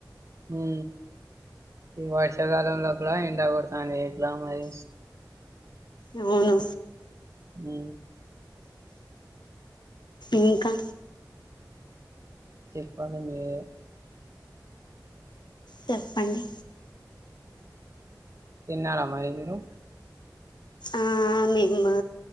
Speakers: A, on the right (about 45°); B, on the left (about 80°).
A: ఊ ఈ వర్షాకాలంలో కూడా ఎండగొడుతాంది ఇట్లా మరి
B: అవును
A: ఊ
B: ఇంకా
A: చెప్పాల మీరే
B: చెప్పండి
A: తిన్నారా మరి మీరు
B: ఆ మేమా